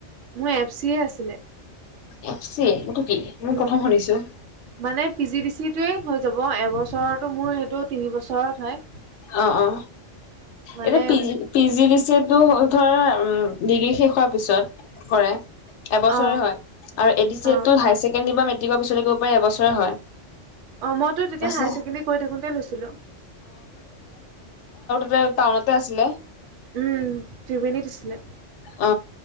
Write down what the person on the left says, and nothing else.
এফ চি এ সেইটো কি মই
প্ৰথম শুনিছো
অ অ
এইটো P G P G D C য়ে টো ধৰ ডিগ্ৰীৰ শেষৰ পিছত কৰে এবছৰে
হয় আৰু এ ডি চি
এ টো হায়াৰ ছেকেণ্ডেৰী বা মেট্ৰিকৰ পিছলৈ কৰিব পাৰি এবছৰে হয়।
তাৰপিছত
তে টাউনতে আছিলে।
অ